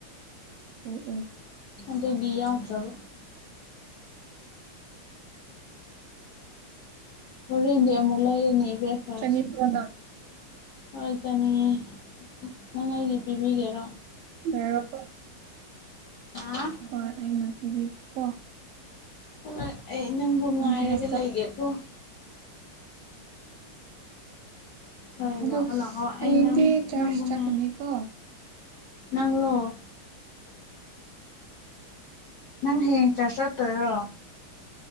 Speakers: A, on the right; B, on the left.
A: ꯑꯣ ꯑꯣ
B: ꯑꯗꯨꯒꯤ ꯌꯥꯎꯗ꯭ꯔꯕ ꯍꯣꯔꯦꯟꯗꯤ ꯑꯃꯨꯛ ꯂꯩꯔꯅꯤ ꯕ꯭ꯔꯦꯛꯐꯥꯁ
A: ꯆꯥꯅꯤꯡꯕꯔꯣ ꯅꯪ
B: ꯍꯣꯏ ꯆꯥꯅꯤꯡꯉꯤ ꯅꯪ ꯑꯩꯒꯤ ꯄꯤꯕꯤꯒꯦꯔꯣ
A: ꯌꯥꯣ <inaudible>
B: ꯍꯥꯥ
A: ꯍꯣꯢ ꯑꯩꯅ ꯄꯤꯕꯤꯒꯦꯒꯣ
B: ꯍꯣꯏ ꯑꯩ ꯅꯪꯕꯨ ꯉꯥꯏꯔꯒ
A: ꯅꯪꯒꯤ ꯍꯣꯁꯇꯦꯜꯗ
B: ꯂꯩꯒꯦꯀꯣ ꯍꯣꯏ
A: ꯑꯗꯨ
B: ꯂꯥꯛꯑꯣ ꯂꯥꯛꯑꯣ
A: ꯍꯌꯦꯡꯗꯤ
B: ꯑꯩ ꯅꯪ
A: ꯆꯥ꯭ꯔꯆ
B: ꯅꯪꯕꯨ
A: ꯆꯠꯀꯅꯤꯀꯣ
B: ꯉꯥꯏꯔꯦ
A: ꯒꯣ
B: ꯅꯪꯂꯣ ꯅꯪ ꯍꯌꯦꯡ ꯆ꯭ꯥꯁꯆ ꯆꯠꯇꯣꯢꯔꯣ